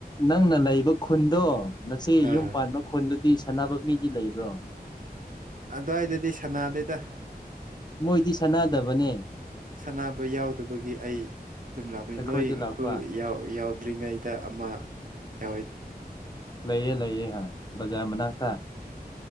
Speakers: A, on the left; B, on the right.
A: ꯅꯪꯅ ꯂꯩꯕ ꯈꯨꯟꯗꯣ ꯅꯆꯦ
B: ꯑꯥ
A: ꯌꯨꯝ ꯄꯥꯟꯕ ꯈꯨꯟꯗꯨꯗꯤ ꯁꯥꯟꯅꯕ ꯃꯤꯗꯤ ꯂꯩꯕ꯭ꯔꯣ
B: ꯑꯗꯨꯋꯥꯏꯗꯗꯤ ꯁꯅꯥꯗꯩꯗ
A: ꯃꯣꯏꯗꯤ ꯁꯥꯟꯅꯗꯕꯅꯦ
B: ꯁꯥꯟꯅꯕ ꯌꯥꯎꯗꯕꯒꯤ ꯑꯩ ꯑꯗꯨꯝ ꯂꯥꯛꯄꯅꯤ
A: ꯑꯩꯈꯣꯏꯗ
B: ꯅꯣꯏ
A: ꯂꯥꯛꯄ
B: ꯈꯨ ꯌꯥꯎꯗ꯭ꯔꯤꯉꯩꯗ ꯑꯃ ꯌꯥ
A: ꯂꯩꯑ ꯂꯩꯑꯦ ꯍꯣꯏ ꯕꯖꯥꯔ ꯃꯅꯥꯛꯇ